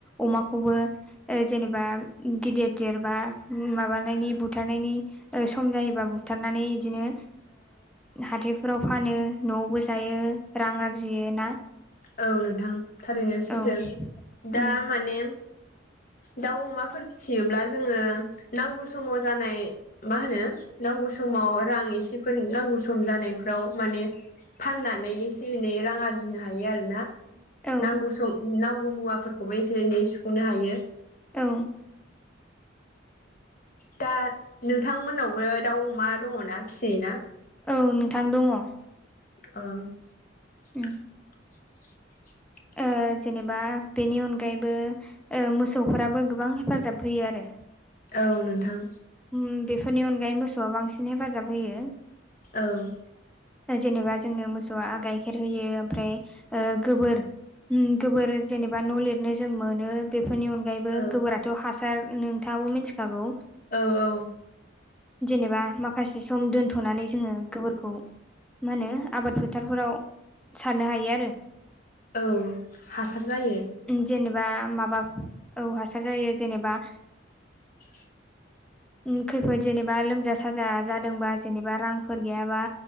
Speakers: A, in the centre; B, on the left.
A: अमाखौबो ओ जेनेबा गिदिर देरबा माबानायनि बुथारनायनि सम जायोबा बुथारनानै बिदिनो हाथायफोराव फानो न'आवबो जायो रां आरजियो ना
B: औ नोंथां थारैनो सैथो
A: औ
B: दा
A: उम
B: माने दाव अमाफोर फिसियोब्ला जोंङ नांगौ समाव जानाय मा होनो नांगौ समाव रां एसेफोर नांगौ सम जानायफ्राव माने फाननानै एसे एनै रां आरजिनो हा हायो आरोना
A: औ
B: नांगौ सम नांगौ मुवाफोरखौबो एसे एनै सुफुंनो हायो।
A: औ।
B: दा नोंथांमोननावबो दाउ अमा दङ ना फिसियो ना?
A: औ नोंथां दङ'।
B: अ।
A: उम
B: <inaudible>
A: ओ जेनेबा बेनि अनगायैबो ओ मोसौफोराबो गोबां हेफाजाब होयो आरो।
B: औ नोंथां।
A: ओम बेफोरनि अनगायै मोसौआ बांसिन हेफाजाब होयो।
B: औ।
A: जेनेबा जोंनो मोसौआ गाइखेर होयो ओमफ्राय ओ गोबोर ओम गोबोर जेनेबा न' लिरनो जों मोनो बेफोरनि अन गायैबो
B: औ
A: गोबोराथ' हासार नोंथाङाबो मिथिखागौ।
B: औ औ।
A: जेनेबा माखासे सम दोनथ'नानै जोङो गोबोर खौ मा होनो आबाद फोथारफोराव सारनो हायो आरो
B: औ हासार जायो।
A: जेनेबा माबा औ हासार जायो जेनेबा
B: <inaudible>
A: ओम खैफोद जेनेबा लोमजा साजा जादोंबा जेनेबा रांफोर गैयाबा